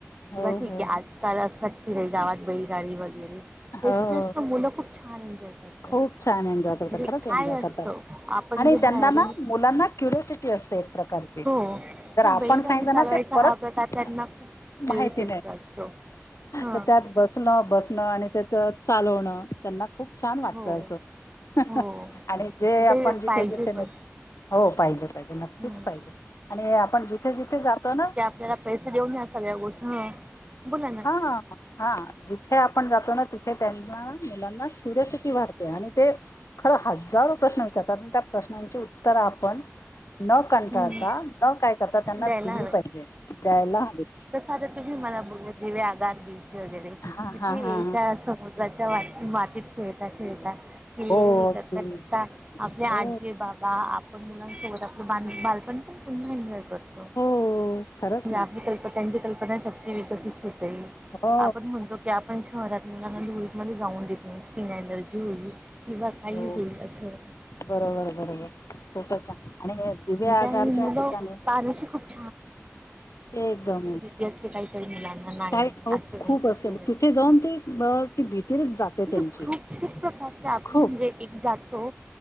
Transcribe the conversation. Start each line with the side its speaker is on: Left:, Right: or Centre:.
Left: हो,
Right: म ठीक
Left: हो.
Right: आहे आजकाल असतात खिर गावात बैलगाडी वगैरे,
Left: हो.
Right: एक्सप्रेस पण मुलं खूप छान एन्जॉय करतात.
Left: खूप छान एन्जॉय करतात.
Right: म्हणजे
Left: खरंच एन्जॉय
Right: काय असतं
Left: करतात,
Right: आपण
Left: आणि
Right: जे
Left: त्यांना
Right: बाहेरून
Left: ना मुलांना क्युरसिटी असते एक प्रकारची
Right: हो
Left: तर
Right: हे
Left: आपण
Right: बैलगाडी
Left: सांगितलं
Right: चालवायचा
Left: ना ते परत
Right: हा प्रकार त्यांना खूप प्युरसिट
Left: माहिती नाही.
Right: असतो ह.
Left: तर त्यात बसणं- बसणं आणि तेथं चालवणं त्यांना खूप छान वाटत
Right: हो
Left: असं
Right: हो
Left: आणि जे आपण
Right: ते
Left: जिथे
Right: पाहिजे
Left: जिथे नेत
Right: पण
Left: हो पाहिजे, पाहिजे नक्कीच
Right: हम्म.
Left: पाहिजे, आणि आपण जिथे जिथे जातो ना?
Right: त्याला पैसे देऊन या सगळ्या गोष्ट ह बोला ना?
Left: हा, हा जिथे आपण जातो ना तिथे त्यांन ना मुलांना क्युरोसिटी वाढते आणि ते खरं हजारो प्रश्न विचारतात, म त्या प्रश्नांची उत्तर आपण न कंटाळता,
Right: हम्म.
Left: न काय करता त्यांना
Right: द्यायला
Left: दिली पाहिजे द्यायला हवेत.
Right: त आता, तुम्हीच मला बोललेत दिवेआगार बिच वगैरे
Left: हा
Right: इथे
Left: हा हा
Right: त्या समोर च्या मातीत खेळता खेळता, हे
Left: हो
Right: हे
Left: अगदी
Right: करता करता. आपले आजी,
Left: हो
Right: बाबा आप मुलांसोबत आपण बाल बालपण पुन्हा एन्जॉय करतो, म्हणजे
Left: हो खरंच ना
Right: आपली संस त्यांची कल्पना शक्ती विकसित होते,
Left: हो
Right: आपण म्हणतो की की आपण शहरात मुलांना धुळीतमध्ये जाऊन देत नाही तिन एनर्जी होईल किंवा काही
Left: हो
Right: होईल असं
Left: बरोबर आहे बरोबर. खूपच छान, आणि हे दिवेआगारच्या
Right: त्या मुलं
Left: ठिकाणी
Right: पाण्याशी खूप
Left: एकदम.
Right: ती असली काही तरी मुलांना नाही
Left: काय अहो
Right: असं
Left: खूप
Right: नाही तसं
Left: असते, म
Right: नाही.
Left: तिथे जाऊन ते अ ती भीती रच जाते.
Right: तिथं
Left: त्यांची
Right: खूप खूप प्रकारचे आप
Left: खूप
Right: म्हणजे एक जातो